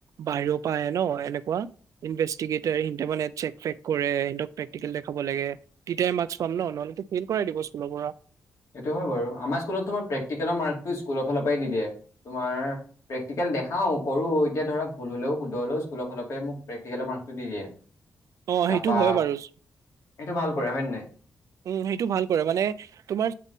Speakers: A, on the right; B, on the left.
A: বাহিৰৰ পা আহে ন। এনেকুৱা ইনভেচটিকেটাৰে হেনটি মানে চেক ফেক কৰে হিতক প্ৰেকটিকেল দেখাব লাগে তেতিয়াই মা লাচ পাম ন নহ'লে টো ফেইল কৰাই দিব স্কুলৰ পৰা।
B: সেইটো হয় বাৰু, আমাৰ স্কুলতো প্ৰেকটিকেলৰ মাৰ্কটো স্কুলৰ ফালৰ পৰাই দি দিয়ে। তোমাৰ প্ৰেকটিকেল দেখাও, কৰো, এতিয়া ধৰা ভুল হলেও, শুদ্ধ হ'লেও স্কুলৰ ফালৰ পৰা মোক প্ৰেক্টিকেলৰ মাৰ্কটো দি দিয়ে
A: অ সেইটো
B: তাপা,
A: হয় বাৰু
B: এইটো ভাল কৰে হয় নে নাই।
A: উম, সেইটো ভাল কৰে মানে তোমাৰ